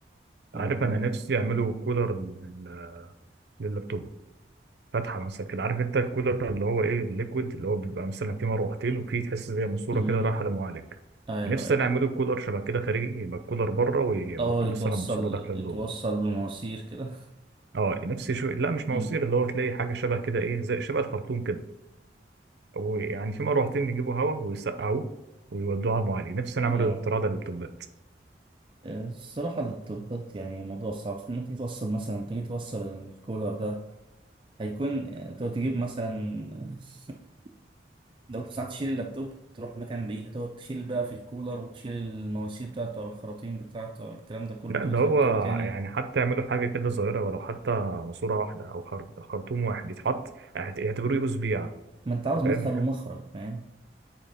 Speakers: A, on the right (about 30°); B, on the right (about 65°).
A: و
B: عارف انا نفسي يعملوا كولر لل- لللابتوب فاتحه مثلا كده عارف انت الكولر اللي هو ايه الليكويد اللي هو بيبقى مثلا فيه مروحتين وفيه تحس زي ماسوره
A: مم.
B: كده رايحه للمعالج
A: أيوه
B: نفسي
A: أيوه
B: انا اعمله كولر شبه كده خارجي يبقى الكولر بره و-
A: أه
B: وفيه
A: يتوصل
B: مثلا ماسوره داخله
A: يتوصل
B: جوه
A: بمواسير كده
B: اه نفسي شو لا مش مواسير
A: <laughs> مم.
B: اللي هو تلاقي حاجه شبه كده ايه زي شبه الخرطوم كده ويعني في مروحتين يجيبوا هواء ويسقعوه ويودوه على المعالج نفسي انا
A: مم.
B: اعمله الاختراع ده لللابتوبات
A: الصراحة اللابتوبات يعني الموضوع صعب بس لما تيجي توصل مثلا تيجي توصل الكولر ده هيكون تقعد تجيب مثلا <laughs> لو ساعات تشيل اللابتوب تروح مكان بعيد هتقعد تشيل بقى في الكولر وتشيل المواسير بتاعته أو الخراطيم بتاعته أو الكلام ده كله
B: لا
A: تيجي
B: ده
A: تركبه
B: هو
A: تاني
B: يعني حتى يعملوا حاجه كده صغيره ولو حتى ماسوره واحده او خر- خرطوم واحد يتحط اعت- يعتبروه يو اس بي يعني
A: ما أنت عاوز
B: انت فاهم
A: مدخل ومخرج فاهم